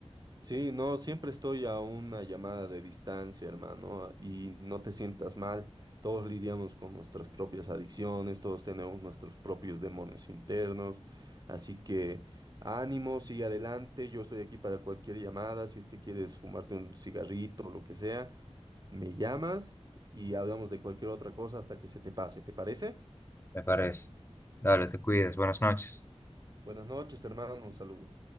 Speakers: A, on the right; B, on the left.
A: Sí, no, siempre estoy a una llamada de distancia, hermano, y no te sientas mal. Todos lidiamos con nuestras propias adicciones, todos tenemos nuestros propios demonios internos, así que ánimo, sigue adelante. Yo estoy aquí para cualquier llamada, si es que quieres fumarte un cigarrito o lo que sea, me llamas y hablamos de cualquier otra cosa hasta que se te pase, ¿te parece?
B: Me parece. Dale, te cuidas. Buenas noches.
A: Buenas noches, hermano, un saludo.